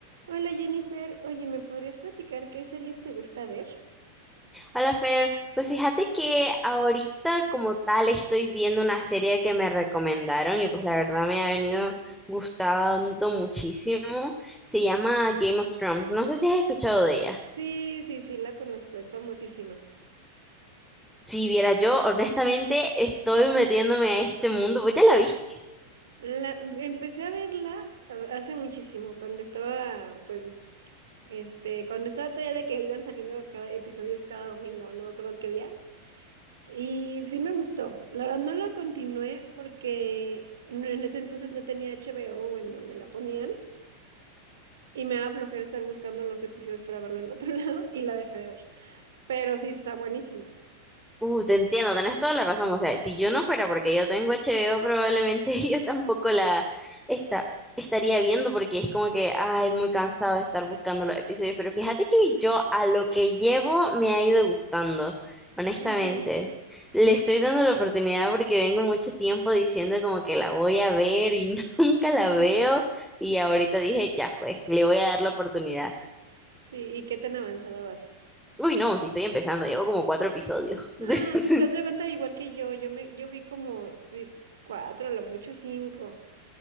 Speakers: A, on the right; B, in the centre.
A: Hola Jennifer, oye, ¿me podrías platicar qué series te gusta ver?
B: Hola Fer, pues fíjate que ahorita como tal estoy viendo una serie que me recomendaron y pues la verdad me ha venido gustando muchísimo. Se llama Game of Thrones. No sé si has escuchado de ella.
A: Sí, sí, sí, la conozco, es famosísima.
B: Si viera yo, honestamente estoy metiéndome a este mundo. ¿Vos ya la viste?
A: La, empecé a verla eh, hace muchísimo, cuando estaba, pues, este, cuando estaba todavía de que iban saliendo cada, episodios cada domingo, no me acuerdo qué día. Y sí me gustó. La verdad no la continué porque no- en ese entonces no tenía HBO o o en donde la ponían y me daba flojera estar buscando los episodios para verlo en otro <laughs> lado y la dejé de ver. Pero sí está buenísima.
B: Uh, te entiendo, tenés toda la razón. O sea, si yo no fuera porque yo tengo HBO, probablemente <laughs> yo tampoco la esta- estaría viendo porque es como que, ay, muy cansado de estar buscando los episodios. Pero fíjate que yo a lo que llevo me ha ido gustando, honestamente.
A: Ujú.
B: Le estoy dando la oportunidad porque vengo mucho tiempo diciendo como que la voy a ver y <laughs> nunca la
A: Ujú.
B: veo. Y ahorita dije, ya fue, le voy a dar la oportunidad.
A: Sí, ¿y qué tan avanzada vas?
B: Uy, no, si estoy empezando, llevo como cuatro episodios. <laughs>
A: Ah, pues haz de cuenta igual que yo, yo me, yo vi como vi cuatro, a lo mucho cinco.